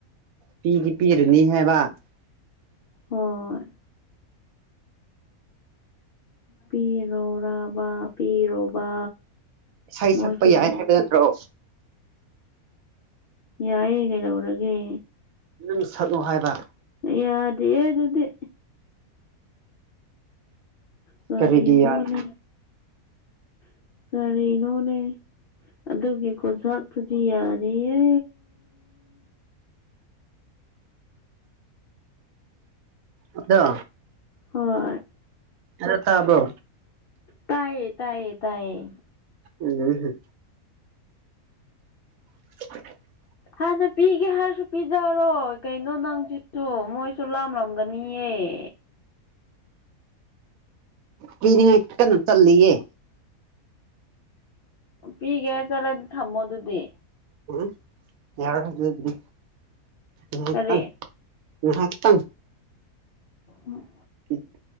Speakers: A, on the right; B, on the left.
A: ꯄꯤꯗꯤ ꯄꯤꯔꯅꯤ ꯍꯥꯏꯕ
B: ꯍꯣꯏ ꯄꯤꯔꯣꯔꯕꯥ ꯄꯤꯔꯣꯕꯥ
A: ꯏꯁꯩ
B: ꯃꯣꯏꯁꯨ
A: ꯁꯛꯄ ꯌꯥꯏ ꯍꯥꯏꯕ ꯅꯠꯇ꯭ꯔꯣ
B: ꯌꯥꯏꯌꯦ ꯀꯩꯗꯧꯔꯒꯦ
A: ꯅꯪ ꯁꯛꯂꯣ ꯍꯥꯏꯕ
B: ꯌꯥꯗꯦꯌꯦ ꯑꯗꯨꯗꯤ ꯀꯔꯤꯅꯣꯅꯦ
A: ꯀꯔꯤꯒꯤ ꯌꯥꯗꯦ
B: ꯎꯝ ꯀꯔꯤꯅꯣꯅꯦ ꯑꯗꯨꯒꯤ ꯀꯣꯟꯁꯥꯛꯇꯨꯗꯤ ꯌꯥꯗꯤꯌꯦ
A: ꯑꯗꯣ
B: ꯍꯣꯏ
A: ꯍꯜꯂꯣ ꯇꯥꯕ꯭ꯔꯣ
B: ꯇꯥꯏꯌꯦ ꯇꯥꯏꯌꯦ ꯇꯥꯏꯌꯦ
A: ꯎꯝ <unintelligible>
B: ꯍꯥꯟꯅ ꯄꯤꯒꯦ ꯍꯥꯏꯔꯁꯨ ꯄꯤꯖꯔꯣ ꯀꯩꯅꯣ ꯅꯪꯁꯤꯁꯨ ꯃꯣꯏꯁꯨ ꯂꯥꯝꯂꯝꯒꯅꯤꯌꯦ ꯑꯦ
A: ꯄꯤꯅꯤꯉꯥꯏ ꯀꯟꯅꯥ ꯆꯠꯂꯤꯌꯦ
B: ꯄꯤꯒꯦ ꯍꯥꯏꯔ ꯆꯠꯂꯗꯤ ꯊꯝꯃꯣ ꯑꯗꯨꯗꯤ
A: ꯎ ꯌꯥꯔꯣꯏ ꯑꯗꯨꯗꯤ ꯉꯥꯏꯍꯥꯛꯇꯪ
B: ꯀꯔꯤ
A: ꯉꯥꯏꯍꯥꯛꯇꯪ
B: ꯎꯝ
A: ꯎꯝ